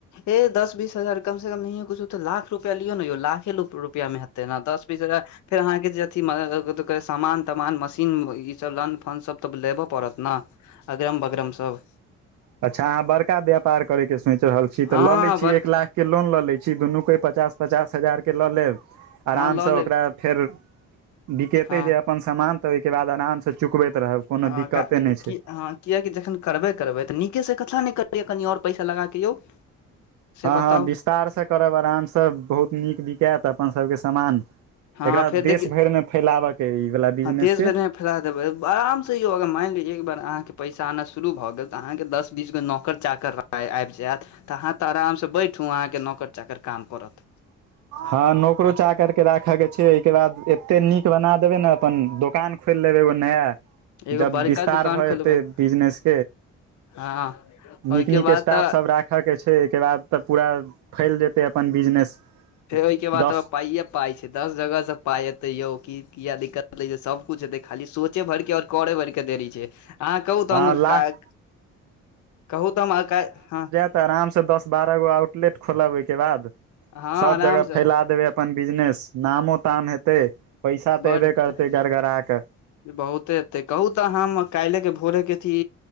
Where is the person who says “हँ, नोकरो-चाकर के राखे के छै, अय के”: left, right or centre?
Right